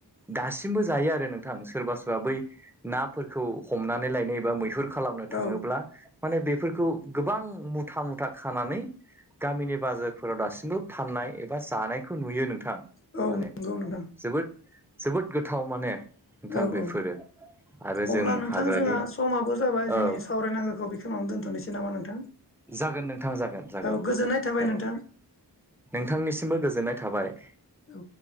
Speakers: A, in the centre; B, on the left.
A: दासिमबो जायो आरो नोंथां सोरबा सोरबा बै नाफोरखौ हमनानै लायनो एबा मैहुर खालामनो थांङोब्ला
B: औ
A: माने बेफोरखौ गोबां मुथा मुथा खानानै गामिनि बाजारफोराव दासिमबो फाननाय एबा जानायखौ नुयो नों नोंथां
B: औ
A: माने
B: नंगौ नोंथां
A: जोबोद जोबोद गोथाव माने नोंथां
B: औ
A: बेफोरो
B: औ
A: आरो
B: अब्ला
A: जों
B: नोंथां
A: हाग्रानि
B: जोंहा समाबो जाबाय
A: औ
B: जोंनि सावरायनांगौखौ बेखिनियावनो दोनथ'नोसै नामा नोंथां
A: जागोन नोंथां जागोन जागोन
B: औ गोजोननाय थाबाय
A: जागोन
B: नोंथां
A: नोंथांनिसिमबो गोजोननाय थाबाय
B: औ